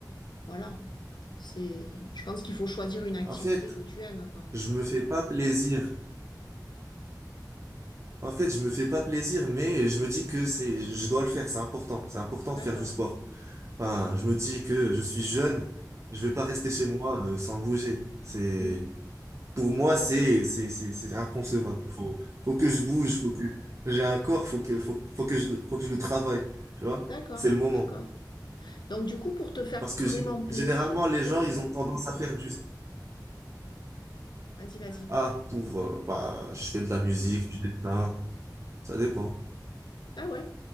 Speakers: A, on the left; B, on the right.
A: voilà. C'est... Je pense qu'il faut choisir une activité
B: En fait,
A: que tu aimes, quoi.
B: je me fais pas plaisir. En fait, je me fais pas plaisir, mais je me dis que c'est, je dois le faire, c'est important. C'est important
A: D'accord.
B: de faire du sport. Enfin,
A: OK.
B: je me dis que je suis jeune, je vais pas rester chez moi, euh, sans bouger. C'est,
A: Mm.
B: Pour moi, c'est
A: OK.
B: c'est c'est c'est inconcevable. Faut faut que je bouge, faut que j'ai un corps, faut que faut, faut que je le- faut que je le travaille, tu vois?
A: D'accord.
B: C'est le moment.
A: D'accord. Donc, du coup, pour te faire
B: Parce que
A: vraiment
B: gé-
A: plaisir,
B: généralement les gens,
A: qu'est-ce
B: ils
A: que...
B: ont tendance à faire juste
A: Vas-y, vas-y.
B: ah pour euh, bah je fais de la musique, du dessin, ça dépend.
A: Ah ouais?